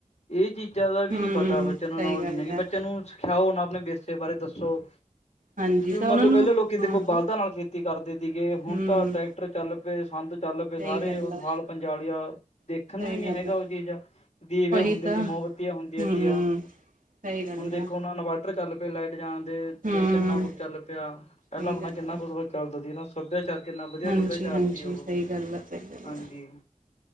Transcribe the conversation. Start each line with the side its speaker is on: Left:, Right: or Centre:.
Left: ਇਹ ਚੀਜ਼ਾਂ ਦਾ ਵੀ
Right: ਹੂੰ
Left: ਨੀ ਪਤਾ, ਬੱਚੇ ਨੂੰ
Right: ਸਹੀ
Left: ਨੌਲਜ
Right: ਗੱਲ
Left: ਨਹੀਂ ਗੀ,
Right: ਹੈ
Left: ਬੱਚਿਆ ਨੂੰ ਸਿਖਯਾਓ ਨਾ ਆਪਣੇ ਵਿਰਸੇ ਬਾਰੇ ਦੱਸੋ।
Right: ਹਾਂਜੀ
Left: ਜਿਵੇਂ
Right: ਤਾਂ
Left: ਮੰਨਲੋ
Right: ਉਹਨਾਂ ਨੂੰ
Left: ਪਹਿਲਾਂ ਲੋਕੀ ਦੇਖੋ
Right: ਹਾਂ
Left: ਬਲਦਾਂ
Right: ਹਾਂ
Left: ਨਾਲ ਖੇਤੀ ਕਰਦੇ ਤੀਗੇ, ਹੁਣ
Right: ਹੂੰ
Left: ਤਾਂ ਟਰੈਕਟਰ ਚੱਲ ਪਏ, ਸੰਦ ਚੱਲ ਪਏ
Right: ਸਹੀ
Left: ਸਾਰੇ
Right: ਗੱਲ
Left: ਉਹ
Right: ਆ
Left: ਹਾਲ-ਪੰਜਾਲੀਆਂ, ਦੇਖਣ
Right: ਸਹੀ
Left: ਨੂੰ ਹੀ ਨੀ
Right: ਗੱਲ
Left: ਹੈਗਾ
Right: ਆ
Left: ਉਹ ਚੀਜ਼। ਦੀਵੇ
Right: ਉਹੀ
Left: ਹੁੰਦੇ
Right: ਤਾਂ
Left: ਤੀ, ਮੋਮਬੱਤੀਆਂ ਹੁੰਦੀਆਂ
Right: ਹੂੰ
Left: ਤੀ ਆ,
Right: ਸਹੀ ਗੱਲ
Left: ਹੁਣ ਦੇਖੋ
Right: ਆ
Left: ਹੁਣ ਇਨਵਰਟਰ ਚੱਲ ਪ ਲਾਈਟ ਜਾਣ ਦੇ
Right: ਹੂੰ
Left: ਤੇ ਕਿੰਨਾ ਕੁਛ ਚੱਲ ਪਿਆ, ਪਹਿਲਾਂ
Right: ਸਹੀ
Left: ਅਪਣਾ
Right: ਗੱਲ
Left: ਕਿੰਨਾ
Right: ਆ
Left: ਕੁਛ ਚੱਲਦਾ ਸੀ ਹਨਾ। ਸੱਭਿਆਚਾਰ ਕਿੰਨਾ ਵਧੀਆ,
Right: ਹਾਂਜੀ
Left: ਸੱਭਿਆਚਾਰ
Right: ਹਾਂਜੀ
Left: ਤੀ ਉਹ,
Right: ਸਹੀ ਗੱਲ ਆ ਸਹੀ ਗੱਲ
Left: ਹਾਂਜੀ।
Right: ਆ